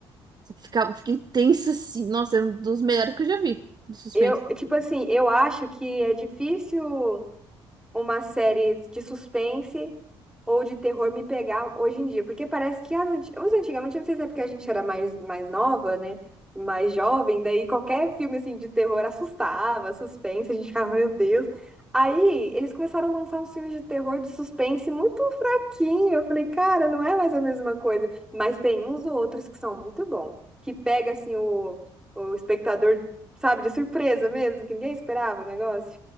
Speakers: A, on the right (about 30°); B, in the centre.
A: Ficava, fiquei tensa, assim. Nossa, é um dos melhores que eu já vi de suspense.
B: Eu, tipo assim, eu acho que é difícil. uma série de suspense ou de terror me pegar hoje em dia. Porque parece que as anti- os antigamente, eu não sei se é porque a gente era mais, mais nova, né? Mais jovem, daí qualquer filme assim de terror assustava, suspense, a gente ficava, meu Deus. Aí eles começaram a lançar uns filmes de terror de suspense muito fraquinho. Eu falei, cara, não é mais a mesma coisa. Mas tem uns outros que são muito bons, que pega assim o, o espectador, sabe, de surpresa mesmo, que ninguém esperava o negócio.